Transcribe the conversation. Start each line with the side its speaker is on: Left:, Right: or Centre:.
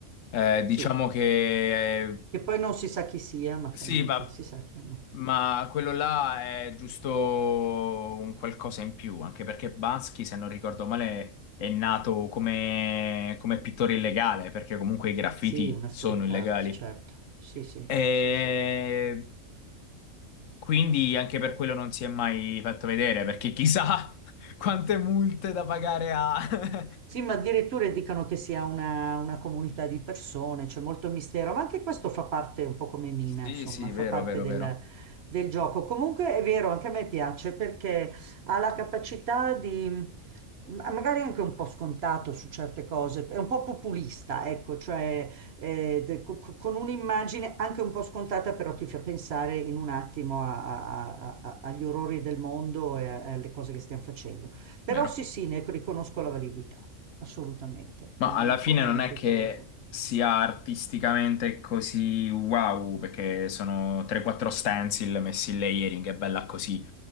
Left: Eh, diciamo
Right: sì.
Left: che eh,
Right: Che poi non si sa chi sia, ma
Left: sì,
Right: fa niente,
Left: va.
Right: si sa chi no.
Left: Ma quello là è giusto un qualcosa in più, anche perché Bansky, se non ricordo male, è nato come, come pittore illegale, perché comunque i graffiti
Right: Sì, una
Left: sono
Right: street
Left: illegali.
Right: art, certo. Sì, sì,
Left: E
Right: sì, sì.
Left: quindi anche per quello non si è mai fatto vedere, perché chissà <laughs> quante multe da pagare ha. <laughs>
Right: Sì, ma addirittura dicono che sia una, una comunità di persone, c'è molto mistero, ma anche questo fa parte un po' come Mina,
Left: Sì,
Right: insomma,
Left: sì,
Right: fa
Left: vero,
Right: parte
Left: vero,
Right: del,
Left: vero,
Right: del gioco. Comunque è vero, anche a me piace perché ha la capacità di, ma- magari anche un po' scontato su certe cose, è un po' populista, ecco, cioè eh, de- co- co- con un'immagine anche un po' scontata, però ti fa pensare in un attimo a- a- a- a- agli orrori del mondo e a- alle cose che stiamo facendo. Però
Left: vero.
Right: sì, sì, ne riconosco la validità assolutamente,
Left: Ma
Right: è una
Left: alla
Right: cosa,
Left: fine non
Right: un
Left: è
Right: petto.
Left: che sia artisticamente così wow, perché sono 3-4 stencil messi in layering, è bella così.